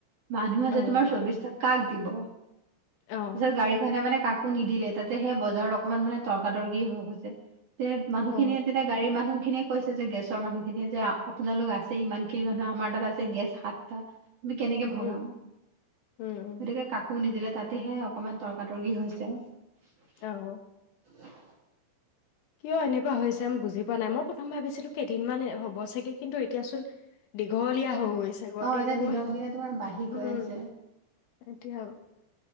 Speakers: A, on the right; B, on the left.
A: মানুহ আছে
B: অ',
A: তোমাৰ চৌবিশটা কাক দিব?
B: অ',
A: তাৰপিছত গাড়ীখনে মানে কাক একো নিদিলে তাতে সেই বজাৰত অকমান মানে তৰ্কাতৰ্কি হৈ গৈছে। তে মানুহখিনিয়
B: অ',
A: তেতিয়া গাড়ী মানুহখিনিক কৈছে যে গেছৰ মানুহ খিনিয়ে যে আপোনালোক আছে ইমান খিনি মানুহ আমাৰ তাত আছে গেছ সাতটা তুমি কেনেকে ভগাম?
B: উম, উম, উম,
A: গতিকে কাকো নিদিলে তাতেহে অকনমান তৰ তৰ কি হৈছে
B: অ'।
A: <unintelligible>
B: কিয় এনেকুৱা হৈছে বুজি পোৱা নাই মই প্ৰথম ভাবিছিলো কেইদিনমান হ'ব চাগে কিন্তু এতিয়াচোন দীঘলীয়া হৈ গৈছে গৰ দিনবোৰ
A: এতিয়া দিনক দিনে তোমাৰ বাঢ়ি গৈ
B: উম
A: আছে
B: এতিয়া